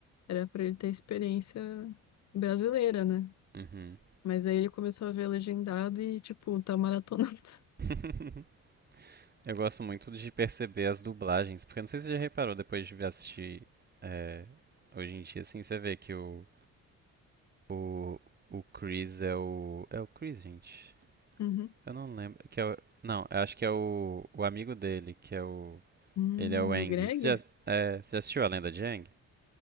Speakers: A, on the left; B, on the right.
A: era pra ele ter experiência brasileira, né?
B: Uhum.
A: Mas aí ele começou a ver legendado e, tipo, tá maratonando. <laughs>
B: <laughs> Eu gosto muito de perceber as dublagens, porque não sei se você já reparou depois de assistir é, hoje em dia, assim, você vê que o, o, o Chris é o. É o Chris, gente?
A: Uhum.
B: Eu não lembro. Que é o, não, eu acho que é o, o amigo dele, que é o.
A: Hum,
B: Ele é o Aang.
A: o Greg?
B: Você já, é, você já assistiu a lenda de Aang?